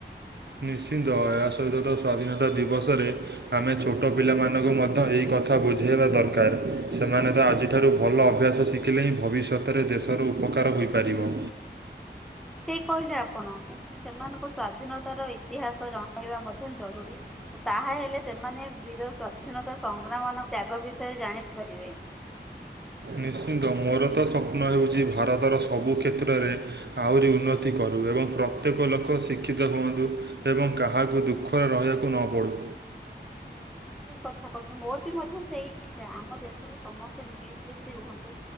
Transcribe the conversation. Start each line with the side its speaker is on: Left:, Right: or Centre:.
Right: ନିଶ୍ଚିନ୍ତ ଏହା ସହିତ ତ ସ୍ୱାଧୀନତା ଦିବସରେ ଆମେ ଛୋଟ ପିଲାମାନଙ୍କୁ ମଧ୍ୟ ଏହି କଥା ବୁଝେଇବା ଦରକାର। ସେମାନେ ତ ଆଜିଠାରୁ ଭଲ ଅଭ୍ୟାସ ଶିକ କିଲେ ହିଁ ଭବିଷ୍ୟତରେ ଦେଶର ଉପକାର ହୋଇପାରିବ।
Centre: ଠିକ କହିଲେ ଆପଣ, କିନ୍ତୁ ସେମାନଙ୍କୁ ସ୍ୱାଧୀନତାର ଇତିହାସ ଜଣେଇବା ମଧ୍ୟ ଜରୁରୀ। ଓ ତାହା ହେଲେ ସେମାନେ ବୀର ସ୍ଵାଧୀନତା ସଂଗ୍ରାମ ମାନଙ୍କ ତ୍ୟାଗ ବିଷୟରେ ଜାଣି ପାରିବେ।
Right: ନିଶ୍ଚିନ୍ତ ମୋର ତ ସ୍ୱପ୍ନ ହେଉଚି ଭାରତର ସବୁ କ୍ଷେତ୍ରରେ ଆଉରି ଉନ୍ନତି କରୁ। ଏବଂ ପ୍ର ତ୍ୟେକ ଲୋକ ଶିକ୍ଷିତ ହୁଅନ୍ତୁ ଏବଂ କାହାକୁ ଦୁଃଖରେ ରହିବାକୁ ନ ପଡ଼ୁ।
Centre: ଠିକ କଥା କହୁଛନ୍ତି। ମୋର ବି ମଧ୍ୟ ସେଇ ଇଚ୍ଛା ଆମ ଦେଶରେ ସମସ୍ତେ ମିଳିମିଶି ରୁହନ୍ତୁ।